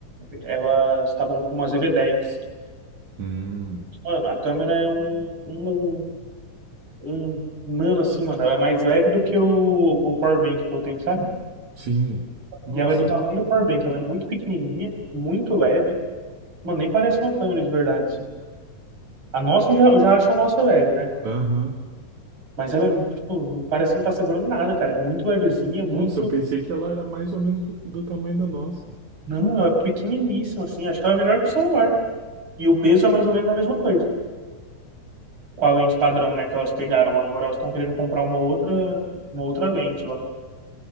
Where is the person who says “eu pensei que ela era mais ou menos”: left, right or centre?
Right